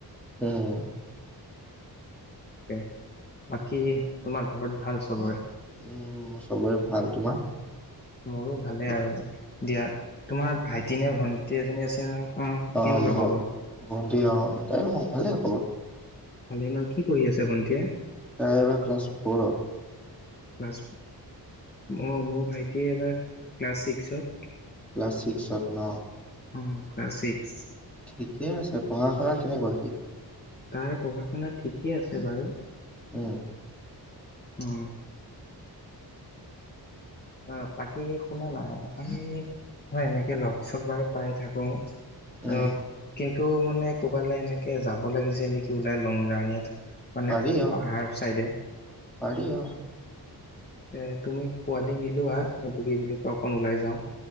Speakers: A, in the centre; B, on the left.
A: উম।
B: কে বাকী তোমাৰ ঘৰত ভাল চব?
A: মোৰ চবৰে ভাল। তোমাৰ?
B: মোৰো ভালে আৰু দিয়া। তোমাৰ ভাইটি নে ভণ্টি এজনী আছিল ন?
A: অ
B: কেনেকুৱা
A: ভ
B: খবৰ?
A: ভণ্টি অ তাই ভালেই খবৰ।
B: ভালে ন কি পঢ়ি আছে ভণ্টিয়ে?
A: তাই বা ক্লাছ ফো'ৰত।
B: ক্লাছ অ মোৰ ভাইটিয়ে এবাৰ ক্লাছ ছিক্সত।
A: ক্লাছ ছিক্সত ন?
B: অ ক্লাছ ছিক্স।
A: ঠিকে আছে। পঢ়া শুনা কেনেকুৱা সি?
B: তাৰ পঢ়া শুনা ঠিকেই আছে বাৰু।
A: উম।
B: অ। অ বাকী শুনা নাই। আমি হয় এনেকৈ লগ চক বাৰু পাই থাকোঁ।
A: উম
B: অ কিন্তু মানে ক'ৰবালে এনেকে যাব লাগিছিল নেকি ওলাই লং জাং এটাত। মানে
A: পাৰি
B: অকণমান
A: অ
B: পাহাৰ চাইডে।
A: পাৰি অ।
B: এ তুমি পোৱালি মিলোৱা সেইটো কি বুলি কয় অকণ ওলাই যাওঁ।